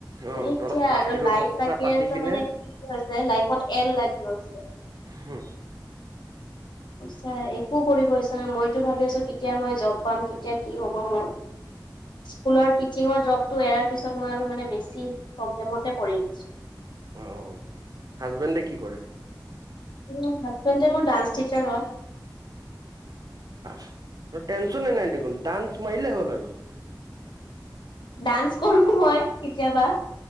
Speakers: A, on the right; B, on the left.
A: অ
B: এতিয়া
A: তলত প্লাষ্টিকৰ
B: আৰু লাইফ
A: বস্তা
B: বাকী
A: পাতি
B: আছে
A: পিনে
B: মানে কি হৈছে লাইফত এল লাগি হৈছে।
A: হে
B: চা একো কৰিব ইচছা নাই মইতো ভাবি আছো কেতিয়া মই জব। পাম কেতিয়া কি হ'ব মোৰ? স্কুলৰ তিচিঙৰ জবটো এৰাৰ পিছত মই বেছি প্ৰবেলেমতে পৰি আহিছো।
A: অঁ-অঁ! হাজবেণ্ডে কি কৰে? <inaudible>
B: <unintelligible> হাজবেণ্ডে মোৰ ডান্স টিচাৰ হয়।
A: <inaudible> টেনচনে নাই দেখোন ডান্স মাৰিলেই হ'ল আৰু।
B: ডান্স কৰো মই কেতিয়াবা।